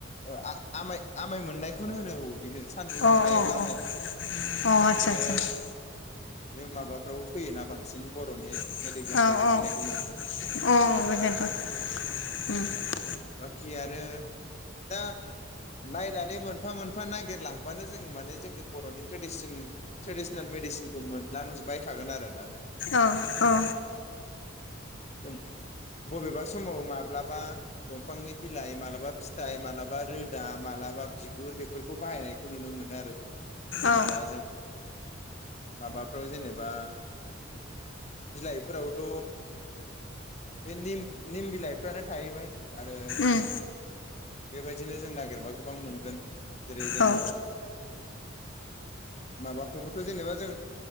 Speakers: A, on the left; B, on the left.
A: ओ आ आमाय आमाय मोननायखौनो होनो औ। बेनो सान्दुं नांनाय
B: अ
A: एबा आमाय
B: अ
A: नां
B: अ आदसा
A: बेयो
B: आदसा
A: बे माबाफ्राव फैयोना बांसिन बर'नि
B: औ
A: नेट एगजामफ्रावबो फैनायखौ
B: औ
A: नुनो मोनो
B: अ बेखथ' उम
A: बाखि आरो दा नायनानै मोनफा मोनफा नागिरलांबानो जों माने जोंनि बर'नि टे बेसनि ट्रेडिनेल मेडिसिनखौमोन लांजोबबाय थागोन आरोना जों
B: औ औ
A: ओं बबेबा समाव माब्लाबा दंफांनि बिलाइ मालाबा फिथाइ मालाबा रोदा मालाबा बिगुर बेफोरखौ बाहायनायखौ नुनो मोनो आरो जेनेबा
B: औ
A: जों माबाफोराव जेनेबा बिलाइफोरावथ' बे निम निम बिलाइफ्रानो थाहैबाय आरो
B: उम
A: बेबायदिनो जों नागिरबा गोबां मोनगोन जेरै जोङो
B: औ
A: माबाखौबोथ' जेनेबा जों